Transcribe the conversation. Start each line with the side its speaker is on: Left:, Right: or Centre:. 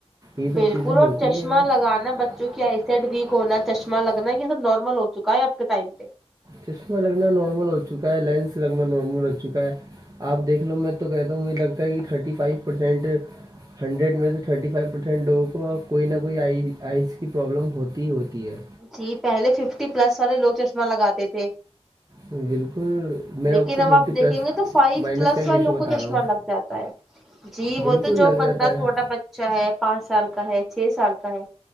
Right: یہ سب
Centre: بالکل
Right: چیزیں ہوتی
Centre: اور چشمہ
Right: ہیں
Centre: لگانا
Right: چشمہ
Centre: بچ
Right: لگانا
Centre: جو کہ ایسڈ
Right: مطلب کیا
Centre: ویک
Right: ہوتا
Centre: ہونا
Right: ہے
Centre: چشمہ
Right: ٹھیک ہونا
Centre: لگنا یہ سب نارمل ہو چکا ہے آپ کے ٹائم پہ
Right: چشمہ لگنا نارمل ہو چکا ہے لینس لگنا نارمل ہو چکا ہے آپ دیکھ لو میں تو کہتا ہوں مجھے لگتا ہے کہ تھرٹی فائیو پرسینٹ ہنڈریڈ میں سے تھرٹی فائیو پرسینٹ لوگوں کو کوئی نہ کوئی آئی آئز کی پرابلم ہوتی ہی ہوتی ہے
Centre: جی پہلے ففٹی پلس والے لوگ چشمہ لگاتے تھے
Right: بالکل میں
Centre: لیکن
Right: کو
Centre: اب
Right: ففٹی
Centre: آپ دیکھیں
Right: پلس
Centre: گے تو فائیو
Right: مائنس
Centre: پلس
Right: کا ہی
Centre: والوں
Right: ریشو بتا
Centre: کو چشمہ
Right: رہا ہوں
Centre: لگ جاتا ہے جی
Right: بالکل
Centre: وہ تو جو
Right: لگ
Centre: بندہ
Right: جاتا ہے
Centre: چھوٹا بچ اچھا ہے پانچ سال کا ہے چھ سال کا ہے